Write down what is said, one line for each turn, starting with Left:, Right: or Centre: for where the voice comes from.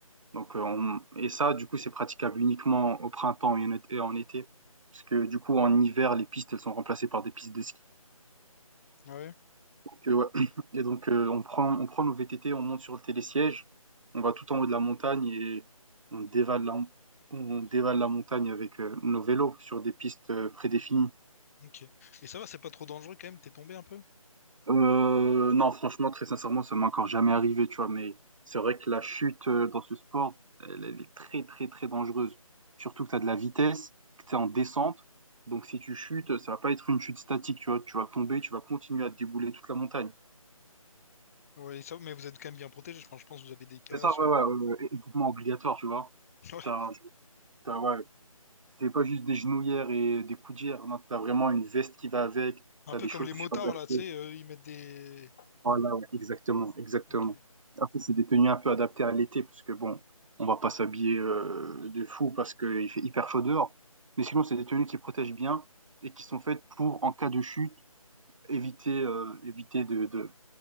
Right: Donc euh, on- et ça du coup c'est praticable uniquement au printemps et en été, et en été. parce que du coup en hiver les pistes elles sont remplacées par des pistes de ski.
Left: ouais,
Right: Que, ouais. <clears throat> Et donc, euh, on prend, on prend nos VTT, on monte sur le télésiège, on va tout en haut de la montagne et on dévale la, on dévale la montagne avec euh, nos vélos sur des pistes euh, prédéfinies.
Left: ok. Et ça va, c'est pas trop dangereux quand même, t'es tombé un peu?
Right: Euh, non, franchement, très sincèrement, ça m'est encore jamais arrivé, tu vois, mais c'est vrai que la chute euh, dans ce sport, elle, elle est très, très, très dangereuse. Surtout que tu as de la vitesse, que tu es en descente. Donc, si tu chutes, ça va pas être une chute statique, tu vois. Tu vas tomber, tu vas continuer à te débouler toute la montagne.
Left: Oui, ça, mais vous êtes quand même bien protégé. Je pense, je pense que vous avez des casques.
Right: C'est ça, ouais, ouais,
Left: <laughs>
Right: ouais, ouais, é- équipement obligatoire, tu vois.
Left: Ouais.
Right: T'as, t'as, ouais, c'est pas juste des genouillères et des coudières, non, t'as vraiment une veste qui va avec,
Left: Un
Right: t'as
Left: peu
Right: des
Left: comme
Right: chaussures
Left: les motards,
Right: adaptées.
Left: là, tu sais, euh, ils mettent des...
Right: Voilà, ouais, exactement, exactement.
Left: Ok.
Right: Après, c'est des tenues un peu adaptées à l'été, parce que bon, on va pas s'habiller euh, de fou parce qu'il fait hyper chaud dehors. Mais sinon, c'est des tenues qui protègent bien et qui sont faites pour, en cas de chute, éviter, euh, éviter de, de,